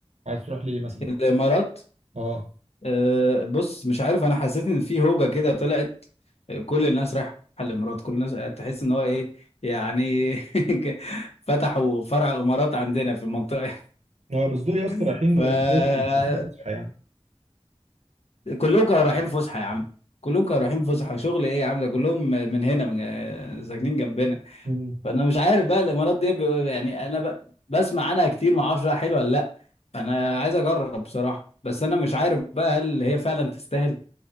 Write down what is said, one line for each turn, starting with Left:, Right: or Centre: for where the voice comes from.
Right: عايز تروح ليه مثلا
Left: الامارات
Right: اه
Left: أه بص مش عارف انا حسيت ان في هوجه كده طلعت آه، كل الناس رايحه الامارات كل الناس آه، تحس ان هو ايه يعني <laughs> فتحوا فرع امارات عندنا في المنطقه
Right: اه بس دول يا اسطى رايحين
Left: <laughs> فكلهم
Right: شغل مش رايحين فسحة يعني
Left: كانوا رايحين فسحه يا عم كلهم كانوا رايحين فسحه شغل ايه يا عم ده كلهم من هنا من آه، ساكنين جنبنا
Right: مم.
Left: فانا مش عارف بقى الامارات دي بي- يعني انا ب... بسمع عنها كتير ما اعرفش بقى حلوه ولا لا فانا عايز اجرب بصراحه بس انا مش عارف بقى هل هي فعلا تستاهل